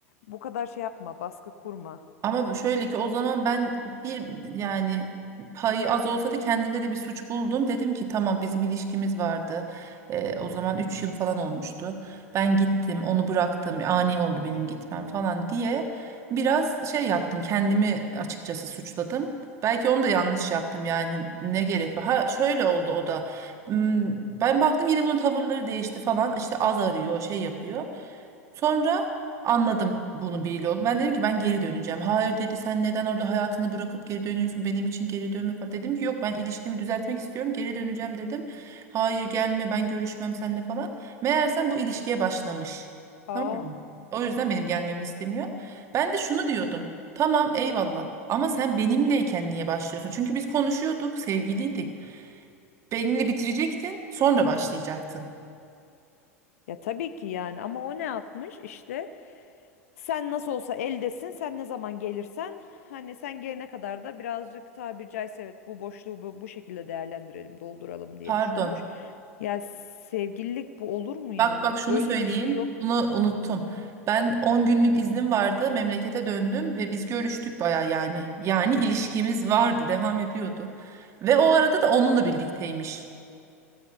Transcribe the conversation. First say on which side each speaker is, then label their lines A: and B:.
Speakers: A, on the left (about 65°); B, on the right (about 40°).
A: bu kadar şey yapma, baskı kurma.
B: Ama şöyle ki o zaman ben bir yani payı az olsa da kendimde de bir suç buldum. Dedim ki tamam bizim ilişkimiz vardı. Ee, o zaman 3 yıl falan olmuştu. Ben gittim onu bıraktım ani oldu benim gitmem falan diye biraz şey yaptım kendimi açıkçası suçladım. Belki onu da yanlış yaptım yani ne gerek var. Ha şöyle oldu o da. Hmm, Ben baktım yine bunun tavırları değişti falan işte az arıyor şey yapıyor. Sonra Anladım bunu bir yol. Ben dedim ki ben geri döneceğim. Hayır dedi sen neden orada hayatını bırakıp geri dönüyorsun? Benim için geri dönme falan. Dedim ki yok ben ilişkimi düzeltmek istiyorum. Geri döneceğim dedim. Hayır gelme ben görüşmem seninle falan. Meğersem bu ilişkiye başlamış.
A: Aa.
B: Tamam mı? O yüzden benim gelmemi istemiyor. Ben de şunu diyordum. Tamam eyvallah ama sen benimleyken niye başlıyorsun? Çünkü biz konuşuyorduk, sevgiliydik. Benimle bitirecektin, sonra başlayacaktın.
A: Ya tabii ki yani ama o ne yapmış işte sen nasıl olsa eldesin sen ne zaman gelirsen hani sen gelene kadar da birazcık tabiri caizse evet bu boşluğu bu, bu şekilde değerlendirelim dolduralım diye
B: Pardon.
A: düşünmüş. Ya sevgililik bu olur mu ya?
B: Bak bak şunu
A: Böyle
B: söyleyeyim.
A: bir şey yok.
B: Bunu unuttum. Ben 10 günlük iznim vardı. Memlekete döndüm ve biz görüştük baya yani. Yani ilişkimiz vardı, devam ediyordu. Ve o arada da onunla birlikteymiş.